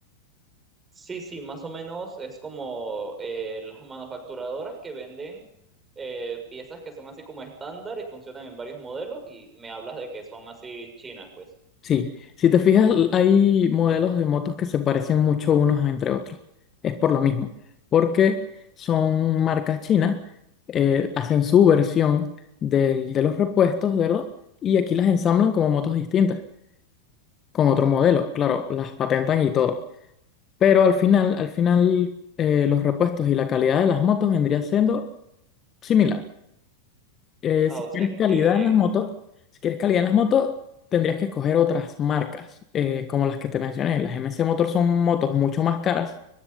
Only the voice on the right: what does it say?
Sí, sí, más o menos es como eh, las manufacturadoras que venden eh, piezas que son así como estándar y funcionan en varios modelos y me hablas de que son así chinas, pues.
Ah,
o
sea
que